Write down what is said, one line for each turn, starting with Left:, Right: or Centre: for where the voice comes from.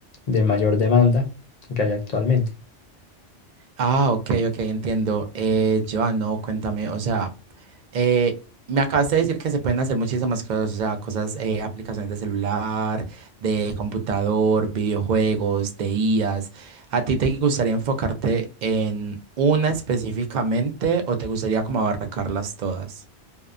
Left: de mayor demanda que hay actualmente.
Right: Ah, ok, ok, entiendo. Eh, Joan, no, cuéntame, o sea, eh, me acabas de decir que se pueden hacer muchísimas cosas, o sea, cosas, eh, aplicaciones de celular, de computador, videojuegos, de IAs. ¿A ti te gustaría enfocarte en una específicamente o te gustaría como abarcarlas todas?